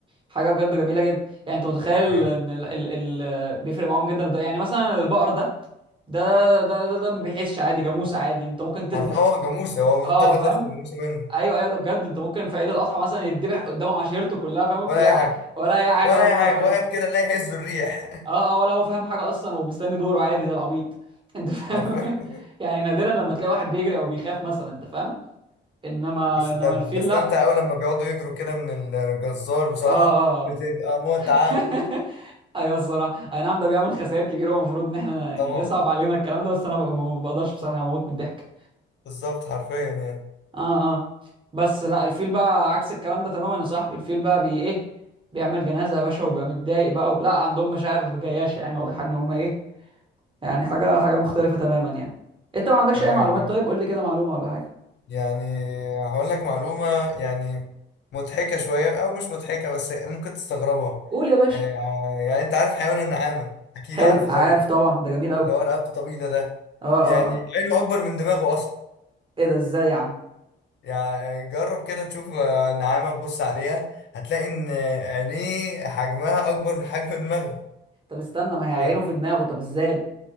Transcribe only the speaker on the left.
يعني
حرفيا هو جاموسه هو متاخد
لقب جاموسه منه
ولا اي حاجه
ولا
اي حاجه
واقف كده لا يهز الريح
<laughs> حرفيا
بس
ده
بستمتع
قوي لما بيقعدوا يجروا كده من الجزار بصراحه
بتبقى متعه
<laughs> طبعا
بالظبط حرفيا يعني
اه
يعني
يعني هقول لك معلومة يعني مضحكة شوية أو مش مضحكة بس ممكن تستغربها
آه يعني أنت عارف حيوان النعامة أكيد
عارفه
طبعا
اللي هو رقبته طويلة ده
يعني
عينه أكبر من دماغه أصلا
يعني جرب كده تشوف آه، نعامة تبص عليها هتلاقي إن عينيه حجمها أكبر من حجم دماغه
و-